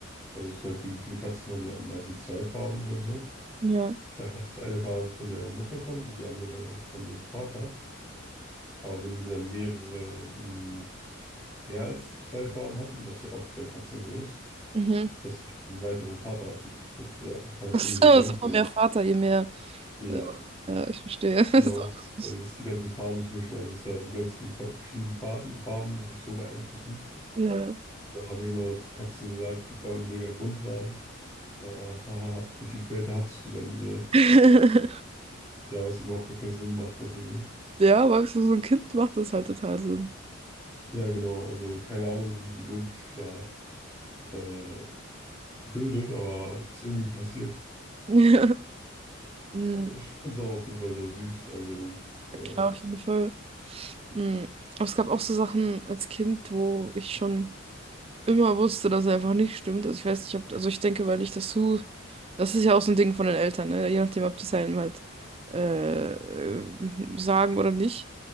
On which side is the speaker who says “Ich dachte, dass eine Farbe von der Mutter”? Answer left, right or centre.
Left